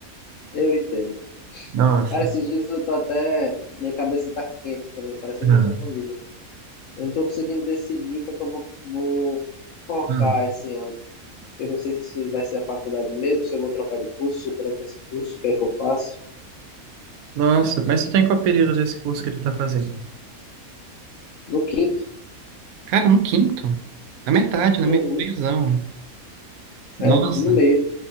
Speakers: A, on the left; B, on the right.
A: Eu entendo.
B: Nossa.
A: Cara, esses dias eu tô até. Minha cabeça tá quente também, parecendo
B: Ah,
A: a sua família. Eu não tô conseguindo decidir o que é que eu vou, vou focar
B: hum.
A: esse ano. Eu não sei se vai ser a faculdade mesmo, se eu vou trocar de curso, se eu tranco esse curso, o que é que eu faço?
B: Nossa, mas tu tá em qual período desse curso que tu tá fazendo?
A: No quinto.
B: Cara, no quinto. Na metade, na
A: Uhum.
B: metadezão.
A: É,
B: Nossa.
A: tô no meio.